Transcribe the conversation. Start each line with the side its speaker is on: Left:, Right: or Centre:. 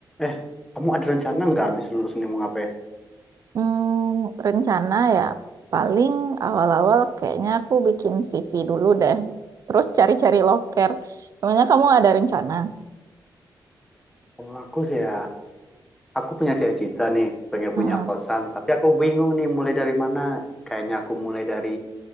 Centre: Eh, kamu ada rencana nggak habis lulus nih mau ngapain?
Right: Hmm, rencana ya paling awal-awal kayaknya aku bikin CV dulu deh. Terus cari-cari loker. Namanya kamu ada rencana?
Centre: Kalau aku sih ya, aku punya cita-cita nih, pengen
Right: Hmm,
Centre: punya kosan. Tapi aku bingung nih mulai dari mana. Kayaknya aku mulai dari